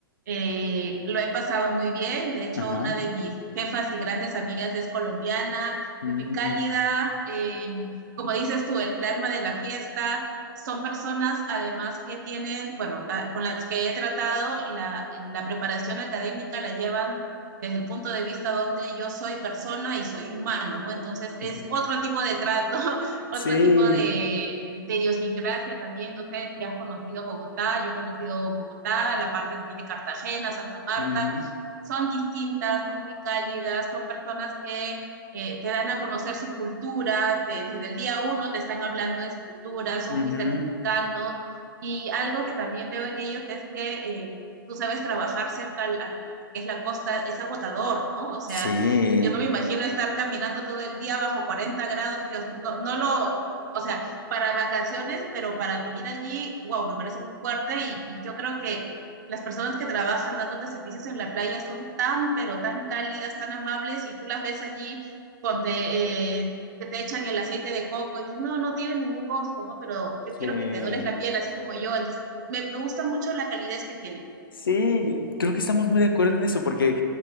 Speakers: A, on the right; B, on the left.
A: Eh, lo he pasado muy bien. De hecho,
B: Ajá.
A: una de mis jefas y grandes amigas es colombiana,
B: mm,
A: muy cálida. eh, como dices tú, el alma de la fiesta. Son personas, además, que tienen, bueno, a- con las que he tratado, la, la preparación académica la llevan desde el punto de vista donde yo soy persona y soy humano, ¿no? Entonces es
B: ujú.
A: otro tipo de trato <laughs> otro
B: Sí.
A: tipo de, de idiosincrasia también. No sé si has conocido Bogotá, yo he conocido Bogotá, la parte también de Cartagena, Santa Marta.
B: ujú,
A: Son distintas, son muy cálidas, son personas que eh, te dan a conocer su cultura, de, desde el día uno te están hablando de su cultura, son
B: ujú.
A: muy cercanos. Y algo que también veo en ellos es que eh, tú sabes trabajar cerca al, al, a lo que es la costa, es agotador, ¿no? O sea,
B: Sí.
A: yo no me imagino estar caminando todo el día bajo 40 grados, Dios, no, no lo, o sea, para vacaciones, pero para vivir allí, wow, me parece muy fuerte y, y yo creo que las personas que trabajan dándote servicios en la playa son tan, pero tan cálidas, tan amables y tú las ves allí con te, eh, que te echan el aceite de coco y dices, no, no tiene ningún costo, ¿no? Pero yo quiero
B: Sí.
A: que te dores la piel así como yo, entonces me, me gusta mucho la calidez que tienen.
B: Sí, creo que estamos muy de acuerdo en eso, porque